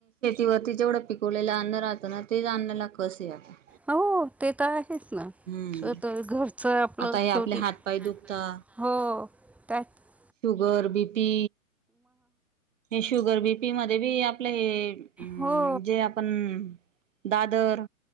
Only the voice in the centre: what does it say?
हो, ते तर आहेच ना,
स् तर घरच आपलं
शेवटीऽऽ
हो, त्याचऽ
हो